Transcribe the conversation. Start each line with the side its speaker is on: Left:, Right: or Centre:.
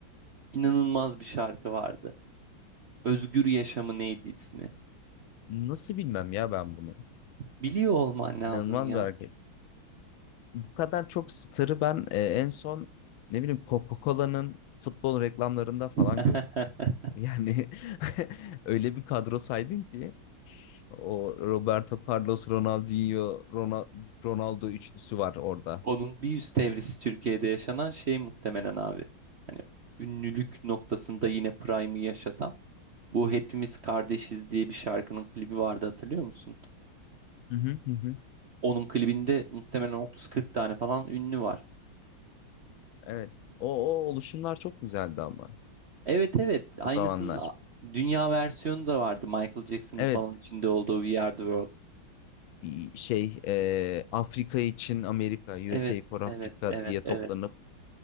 Right: inanılmaz bir şarkı vardı. Özgür Yaşamı neydi ismi?
Left: nasıl bilmem ya ben bunu.
Right: Biliyor olman lazım
Left: İnanılmaz
Right: ya.
Left: bir hareket. Bu kadar çok starı ben e, en son ne bileyim Coca-Cola'nın futbol reklamlarında falan
Right: <laughs>
Left: gördüm. Yani <laughs> öyle bir kadro saydım ki o Roberto Carlos, Ronaldinho, Rona- Ronaldo üçlüsü var orada.
Right: Onun bir üst evresi Türkiye'de yaşanan şey muhtemelen abi. Hani ünlülük noktasında yine Prime'ı yaşatan bu Hepimiz Kardeşiz diye bir şarkının klibi vardı hatırlıyor musun?
Left: Hı hı hı. hı.
Right: Onun klibinde muhtemelen 30-40 tane falan ünlü var.
Left: Evet. O, o oluşumlar çok güzeldi ama
Right: Evet evet aynısının
Left: o zamanlar.
Right: a- dünya versiyonu da vardı Michael Jackson'ın
Left: Evet.
Right: falan içinde olduğu We Are The World.
Left: i- Şey e, Afrika için Amerika,
Right: Evet
Left: USA for Africa
Right: evet evet
Left: diye
Right: evet
Left: toplarını